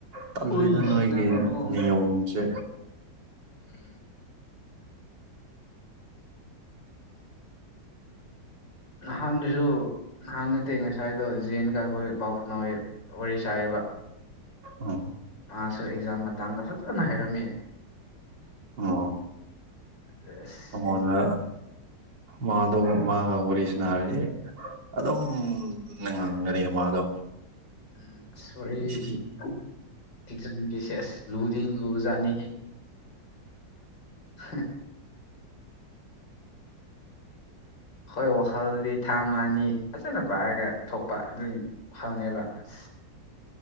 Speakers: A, on the right (about 80°); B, on the left (about 75°).
A: ꯇꯜꯂꯤꯗ
B: ꯍꯨꯏꯁꯤꯅ
A: ꯅꯣꯏꯒꯤ
B: ꯃꯔꯣꯜ
A: ꯅꯤꯌꯣꯝꯁꯦ
B: ꯎꯝ ꯅꯥꯟꯅꯁꯨ ꯅꯍꯥꯟ ꯅꯠꯇꯦ ꯉꯁꯥꯏꯗꯣ ꯖꯦꯟꯒ ꯑꯩꯈꯣꯏ ꯄꯥꯎ ꯐꯅ ꯋꯥꯔꯤ ꯁꯥꯏꯑꯕ
A: ꯎꯝ
B: ꯃꯥꯁꯨ ꯑꯦꯛꯖꯥꯝ ꯃꯇꯥꯡꯗ ꯐꯖꯅ ꯍꯥꯏꯔꯝꯃꯦ
A: ꯑꯣ
B: ꯇꯁ
A: ꯃꯉꯣꯟꯗ ꯃꯥꯗꯣ ꯃꯥꯒ ꯋꯥꯔꯤꯁꯤꯅ ꯍꯥꯏꯔꯗꯤ ꯑꯩꯅ ꯑꯗꯨꯝ ꯅꯉꯥꯡꯒꯅꯤ ꯃꯥꯗꯣ
B: ꯎꯝ ꯁꯣꯔꯤ
A: ꯁꯤ
B: ꯑꯦꯛꯖꯥꯝꯒꯤꯁꯦꯁ ꯂꯨꯗꯤ ꯂꯨꯕꯖꯥꯠꯅꯤꯍ <inaudible> ꯍꯣꯏ ꯋꯥꯈꯜꯗꯤ ꯊꯥ ꯑꯃꯅꯤ ꯐꯖꯅ ꯄꯥꯏꯔꯒ ꯊꯣꯛꯄ ꯑꯗꯨꯝ ꯍꯧꯪꯅꯩꯕ ꯑꯁ